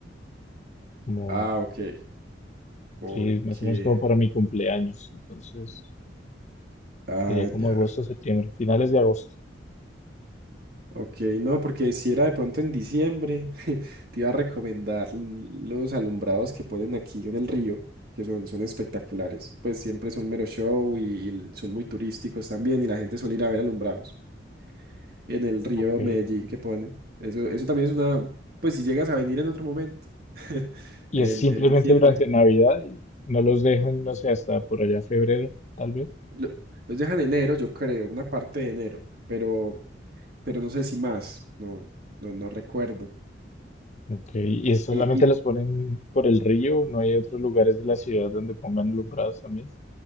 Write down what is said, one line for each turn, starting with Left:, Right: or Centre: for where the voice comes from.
Left: como
Right: Ah, ok. Porque.
Left: Sí, más o menos como para mi cumpleaños. Entonces,
Right: Ah,
Left: sería como
Right: ya,
Left: agosto,
Right: ya.
Left: septiembre, finales de agosto.
Right: Ok, no, porque si era de pronto en diciembre, <laughs> te iba a recomendar l- los alumbrados que ponen aquí en el río, que son, son espectaculares. Pues siempre son mero show y, y son muy turísticos también, y la gente suele ir a ver alumbrados. en el río
Left: Ok.
Right: Medellín que ponen. Eso, eso también es una, pues si llegas a venir en otro momento, <laughs>
Left: Y
Right: en,
Left: es simplemente
Right: en diciembre.
Left: durante Navidad. y No los dejan, no sé, hasta por allá febrero, tal vez.
Right: Lo- los dejan en enero, yo creo, una parte de enero, pero, pero no sé si más, no, no, no recuerdo.
Left: Ok. Y solamente
Right: Y, y
Left: los ponen por el río. No hay otros lugares de la ciudad donde pongan alumbrados también.